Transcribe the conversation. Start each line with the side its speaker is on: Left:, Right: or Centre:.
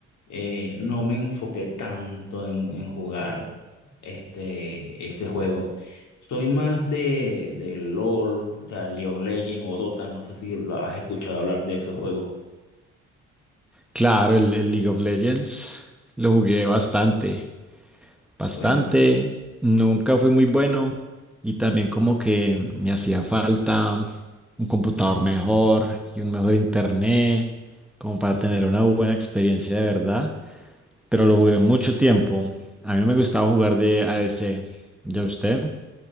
Left: eh, no me enfoqué tanto en, en jugar este, ese juego. Soy más de, de LOL, o sea, League of Legends o Dota, no sé si lo has escuchado hablar de esos juegos.
Centre: Claro, el, el League of Legends lo jugué bastante, bastante.
Left: Bueno, y-
Centre: Nunca fui muy bueno y también como que me hacía falta un computador mejor y un mejor internet, como para tener una buena experiencia de verdad. Pero lo jugué mucho tiempo. A mí me gustaba jugar de ADC. ¿Ya usted?